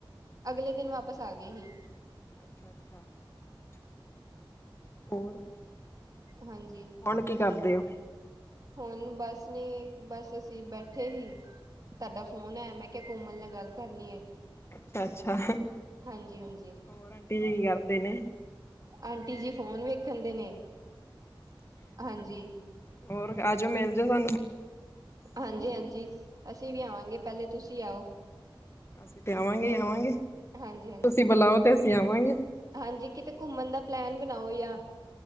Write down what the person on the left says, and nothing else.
ਅੱਛਾ ਅੱਛਾ ਹੋਰ?
ਹੁਣ ਕੀ ਕਰਦੇ ਹੋ
ਅੱਛਾ-ਅੱਛਾ,
ਹੋਰ ਆਂਟੀ ਜੀ ਕੀ ਕਰਦੇ ਦਿਨ
ਹੋਰ ਆਜੋ ਮਿਲ ਜੋ ਸਾਨੂੰ
ਅਸੀਂ ਤੇ ਆਵਾਂਗੇ ਹੀ ਆਵਾਂਗੇ
ਤੁਸੀਂ ਬੁਲਾਓ ਤੇ ਪਿਆਵਾਂਗੇ